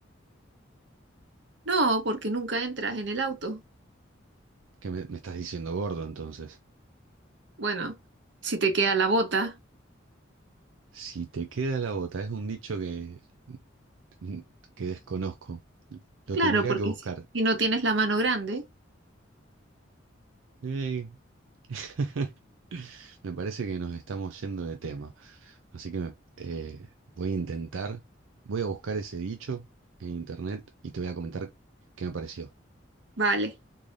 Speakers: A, on the right; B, on the right.
A: No, porque nunca entras en el auto.
B: ¿Qué me, me estás diciendo gordo entonces?
A: Bueno, si te queda la bota,
B: Si te queda la bota, es un dicho que, <laughs> que desconozco. Lo
A: claro,
B: tendría
A: porque
B: que buscar.
A: si si no tienes la mano grande,
B: Ey. <laughs> Me parece que nos estamos yendo de tema. Así que me- eh, voy a intentar, voy a buscar ese dicho en internet y te voy a comentar qué me pareció.
A: vale,